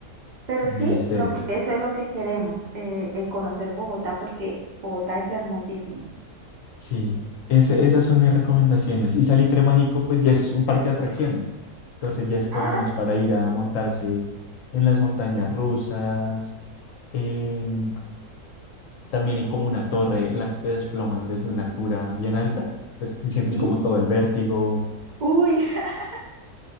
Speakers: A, on the right; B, on the left.
A: pero
B: de
A: sí,
B: menesteres.
A: lo que, eso es lo que queremos, eh, eh, conocer Bogotá, porque Bogotá es hermosísima.
B: Sí, ese- esas son mis recomendaciones. Y Salitre Mágico, pues ya es un parque de atracciones. Entonces ya es como
A: Ah,
B: más para ir a montarse en las montañas rusas. em, también hay como una torre en la que te desploman desde una altura bien alta. Entonces te sientes
A: ¿Sí?
B: como todo el vértigo.
A: Uy, <laughs>